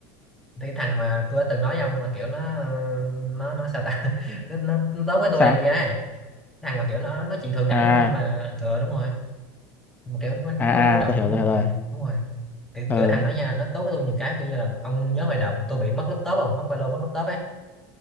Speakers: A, in the centre; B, on the left.
A: thì cái thằng mà tôi đã từng nói với ông là kiểu nó ờ, nó nó sao ta <laughs> nó, nó, nó tốt với
B: Nó
A: tôi
B: sao
A: này kia ấy thằng mà kiểu nó nó nói chuyện thượng đẳng
B: à
A: nhưng mà ờ đúng rồi kiểu quan-
B: à
A: không quan trọng
B: à tôi hiểu tôi hiểu rồi
A: ừ, đúng rồi kiểu,
B: ờ
A: kiểu thằng đó nha nó tốt với tôi nhiều cái kiểu như là ông nhớ hồi đợt tôi bị mất laptop không mất ba lô mất laptop ấy